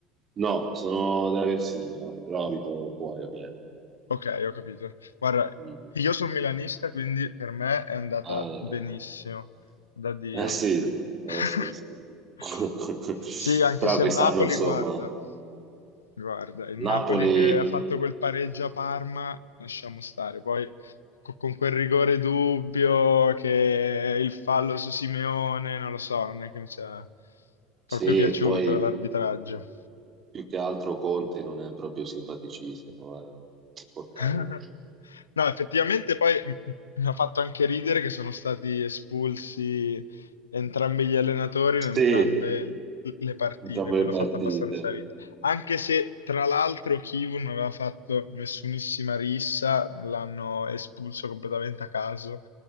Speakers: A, on the right; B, on the left.
A: No, sono della Versilia, però abito fuori a Vienna.
B: Ok, ho capito. Guarda,
A: Mm.
B: io sono milanista, quindi per me è andata
A: Ah, eh.
B: benissimo, da Dio.
A: Eh sì, eh
B: <laughs>
A: sì, sì. <laughs>
B: Sì, anche
A: Però
B: se
A: quest'anno,
B: il Napoli,
A: insomma,
B: guarda, guarda, il Napoli
A: Napoli...
B: che ha fatto quel pareggio a Parma, lasciamo stare. Poi co- con quel rigore dubbio che il fallo su Simeone, non lo so, non è che mi sia proprio
A: Sì,
B: piaciuto
A: poi
B: l'arbitraggio.
A: più che altro Conte non è proprio simpaticissimo, è insopportabile.
B: <laughs> No, effettivamente poi <laughs> mi ha fatto anche ridere che sono stati espulsi entrambi gli allenatori in entrambe
A: Sì,
B: l- le partite,
A: entrambe
B: quello
A: le partite.
B: ha fatto abbastanza ridere. Anche se tra l'altro Kivu non aveva fatto nessunissima rissa, l'hanno espulso completamente a caso.